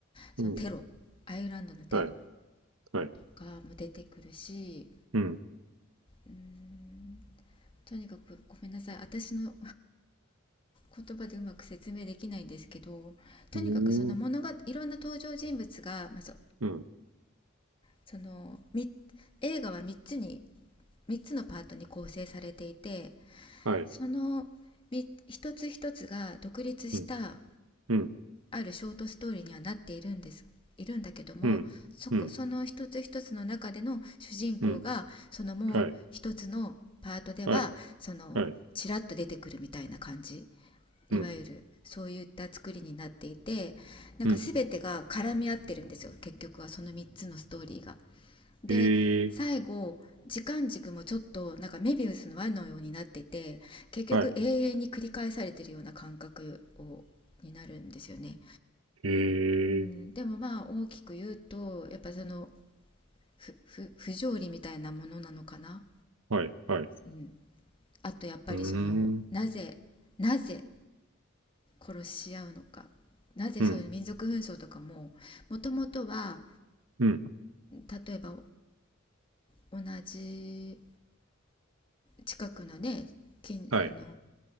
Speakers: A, on the left (about 25°); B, on the right (about 80°).
A: そのテロアイルランドのテロ
B: うん。はい。はい。
A: とかも出てくるし
B: うん。
A: うーんとにかくごめんなさい私の言葉でうまく説明できないんですけどとにかくその物がいろんな登場人物が、
B: うーん。
A: まあ、そ
B: うん。
A: その映画は3つに3つのパートに構成されていて
B: はい。
A: その一つ一つが独立した
B: うん。うん。
A: あるショートストーリーにはなっているんですいるんだけどもそこその一つ一つの中での主人公がそのもう一つのパートではそのちらっと出てくるみたいな感じ
B: うん。うん。うんはい。はい。はい。うん。
A: いわゆるそういった作りになっていてなんか全てが絡み合ってるんですよ結局はその3つのストーリーが。
B: うん。
A: で最後時間軸もちょっとなんかメビウスの輪のようになってて結局永遠に繰り返されてるような感覚をになるんですよね。
B: ええはい。へ
A: うん、
B: え、
A: でもまあ大きく言うとやっぱそのふふ不条理みたいなものなのかな。
B: はい、はい。
A: うん、あとやっぱりそのなぜなぜ
B: うーん、
A: 殺し合うのかなぜそういう民族紛争とかももともとは
B: うん、うん、
A: 例えば同じ近くのね近あの
B: はい、